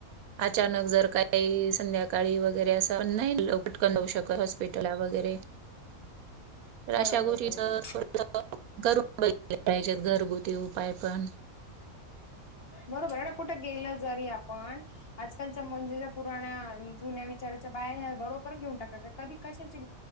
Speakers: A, on the right (about 85°); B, on the left (about 45°).
A: अचानक जर काही संध्याकाळी वगैरे असं नाही पटकन हुं शकत हॉस्पिटला वगैरे. पण अशा
B: बरोबर
A: गोष्टीचं
B: बरोबर
A: करून बघितले पाहिजेत घरगुती उपाय पण.
B: बरोबर आहे ना कुठ गेलं जरी आपण आजकालच्या म्हणजे पुराण्या जुन्या विचाराच्या बाया ह्या बरोबर घेऊन टाकतात, का कधी कशाचे